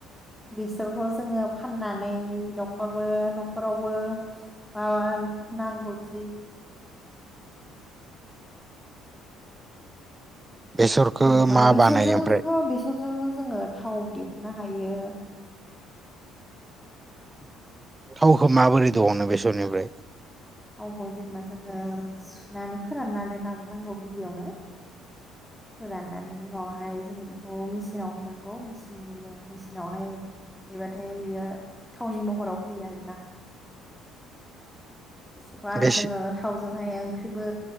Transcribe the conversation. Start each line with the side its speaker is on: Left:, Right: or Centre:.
Centre: बेसोरखौ जोङो फाननानै न'खरबो न'खरावबो माबा नांगौथि
Right: बेसरखौ
Centre: जेन'बा
Right: मा
Centre: बेसरजोंथ'
Right: बानायो ओमफ्राय
Centre: बेसरजों जोङो थाव दिहुननो हायो <inaudible>
Right: थावखौ माबोरै दहनो बेसरनिफ्राय?
Centre: थावखौ जेनेबा जोङो सुनानै फोराननानै लाग्रोनांगौ गिबियावनो।
Right: <inaudible>
Centre: फोराननानै उनावहाय जोङो बेखौ मेचिनाव हैनांगौ मेचिननियाव मेचिनावहाय हैबाथाय बियो थाउनि महराव फैयो आरोना। बिसरखौ आरो
Right: बेसे
Centre: जोङो थाव जोंहाय ओंख्रिबो